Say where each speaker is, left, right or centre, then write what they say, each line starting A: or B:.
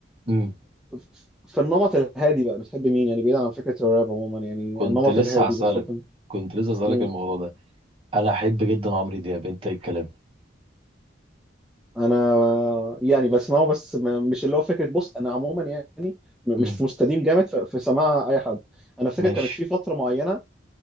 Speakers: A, on the right; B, in the centre.
A: مم،
B: ف- في النمط الهادي بقى بتحب مين يعني بعيد عن فكرة الراب عموما يعني
A: كنت
B: النمط
A: لسه
B: الهادي
A: هسألك
B: بتفضل
A: كنت لسه هسألك
B: مين؟
A: الموضوع ده انا احب جدا عمرو دياب انت ايه الكلام
B: انا يعني بسمعه بس م- مش اللي هو فكره بص انا عموما يعني م-
A: مم.
B: مش مستديم جامد في في سماع اي حد انا فاكر
A: ماشي
B: كانت في فتره معينه